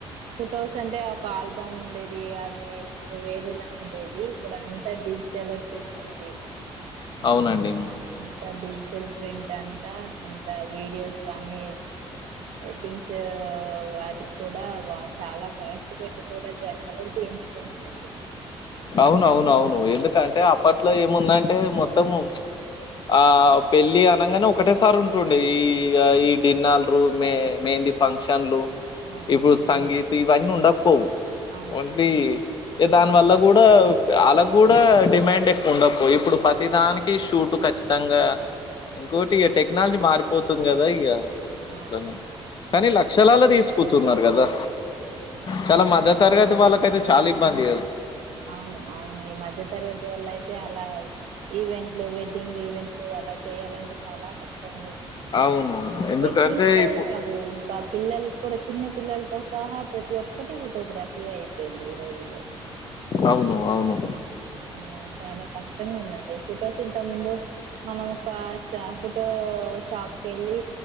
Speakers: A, on the right; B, on the left.
A: ఫొటోస్ అంటే ఒక ఆల్బమ్ ఉండేది అది అది వేరేలా ఉండేది ఇప్పుడు అంత డిజ డిజిటల్ వచ్చేసింది
B: అవునండి
A: అంత డిజిటల్ ప్రింట్ అంతా అంత వీడియోస్ కానీ వెడ్డింగ్స్ వాటికి కూడా చాలా కాస్ట్ పెట్టుకునే జనాలు పెంచుకుంటున్నారు
B: అవునవున అవును ఎందుకంటే అప్పట్లో ఏముందంటే మొత్తము ఆ పెళ్ళి అనగానే ఒకటేసారి ఉంటుండే ఈ ఈ డిన్నల్ రూమ్ యే ఈ ఫంక్షన్లు
A: అవును
B: ఇప్పుడు సంగీత ఇవన్నీ ఉండకపోవు
A: అవును
B: ఓన్లీ దాని వల్ల కూడా వాళ్గ కూడా డిమాండ్ ఎక్కువ ఉండకువ ఇప్పుడు ప్రతిదానికి షూట్ ఖచ్చితంగా ఇంకోకటి ఇక టెక్నాలజీ మారిపోతుంది కదా ఇక
A: అవును
B: అట్లానే కానీ లక్షలాల తీసుకుతున్నారు కదా చాలా మద్ద్య తరగతి వాళ్ళక అయితే చాలా ఇబ్బంది
A: అవును అవును ఈ మధ్య తరగతి వల్ల అయితే అలా ఈవెంట్లు వెడ్డింగ్ ఈవెంట్లు అలా చెయ్యాలంటే చాలా కష్టం <unintelligible>
B: అవును ఎందుకంటే
A: వెడ్డింగ్కే
B: ఇప్పుడు
A: కాదు ఇంకా పిల్లలకి కూడా చిన్న పిల్లలతో సహా ప్రతి ఒక్కటి ఫోటోగ్రఫీ అయిపోయింది ఈ రోజులో
B: అవును అవును
A: ఆమో చాలా కష్టంగా ఉందండి ఫుటోస్ ఇంత ముందు మనం ఒక షాపు ఫోటో షాప్ కేళ్లి